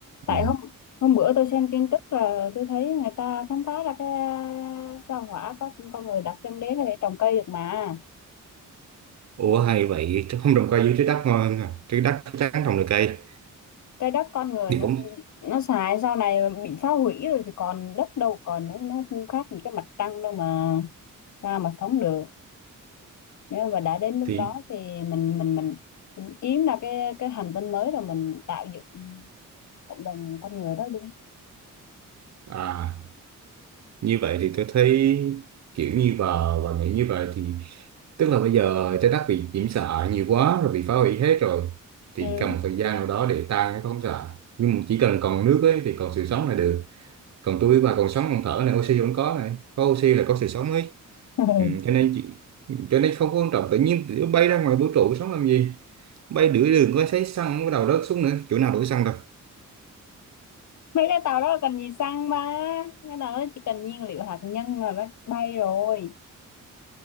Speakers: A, on the left; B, on the right.
A: tại
B: ừ.
A: hôm hôm bữa tôi xem tin tức là tôi thấy người ta khám phá ra cái à, sao hỏa có con người đặt chân đến là để trồng cây được mà
B: Ủa hay vậy chứ không trồng cây dưới trái đất ngon hơn à Trái đất chắc chắn trồng được cây
A: trái đất con người
B: Thì
A: nó
B: cũng
A: nó xài sau này bị phá hủy rồi thì còn đất đâu còn nó nó không khác gì cái mặt trăng đâu mà sao mà sống được nếu mà đã đến lúc
B: thì
A: đó thì mình mình mình, mình kiếm ra cái cái hành tinh mới rồi mình tạo dựng cộng đồng con người đó luôn
B: à như vậy thì tôi thấy kiểu như và và nghĩ như vậy thì tức là bây giờ trái đất bị nhiễm xạ nhiều quá rồi bị phá hủy hết rồi thì
A: ừ.
B: cần một thời gian nào đó để tan cái phóng xạ nhưng mà chỉ cần còn nước ấy thì còn sự sống là được còn tôi và còn sống còn thở này oxy vẫn có này có oxy là có sự sống ấy
A: Ừ.
B: ừ,
A: <laughs>
B: cho nên chị cho nên không có quan trọng tự nhiên tụi bay ra ngoài vũ trụ sống làm gì bay nửa đường có thấy xăng cái đầu rớt xuống nữa chỗ nào đổ xăng đâu
A: mấy cái tàu đó là cần gì xăng ba cái tàu đó chỉ cần nhiên liệu hạt nhân là nó bay rồi